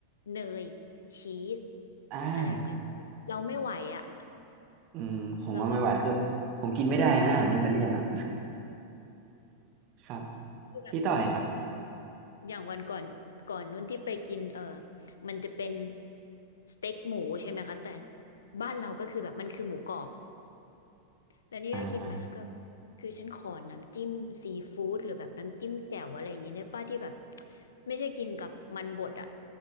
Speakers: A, on the left; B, on the right.
A: เนยชีส
B: อ่า
A: อะไรแบบเนี้ยเราไม่ไหวอะ
B: อืมผมว่าไม่ไหวคือ
A: เราแบบ
B: ผมกินไม่ได้นะอาหารอิตาเลียนอ่ะ
A: ขอปิด
B: <laughs> ครับ
A: เรื่อง
B: ที่ต่อเลยครับ
A: อย่างวันก่อนก่อนนู้นที่ไปกินเออมันจะเป็นสเต็กหมูใช่ไหมคะแต่บ้านเราก็คือแบบมันคือหมูกรอบ แล้วนี่ก็กินไปแล้วก็
B: อ่า
A: คือฉันขอน้ำจิ้มซีฟู้ดหรือแบบน้ำจิ้มแจ่วอะไรอย่างงี้ได้ป้าที่แบบไม่ใช่กินกับมันบดอ่ะ